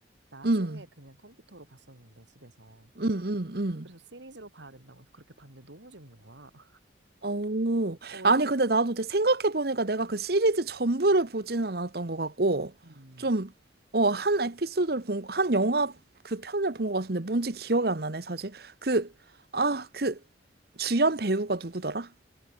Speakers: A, on the right; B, on the right.
A: 나중에
B: 응,
A: 그냥 컴퓨터로 봤었는데, 집에서.
B: 응, 응, 응.
A: 그래서 시리즈로 봐야 된다고 해서 그렇게 봤는데 너무 재밌는 거야. <laughs>
B: 어,
A: 어, 왜-
B: 아니, 근데 나도 이제 생각해보니까 내가 그 시리즈 전부를 보지는 않았던 것 같고,
A: 음,
B: 좀, 어, 한 에피소드를 본, 거- 한 영화 그 편을 본 것 같은데, 뭔지 기억이 안 나네, 사실. 그, 아, 그, 주연 배우가 누구더라?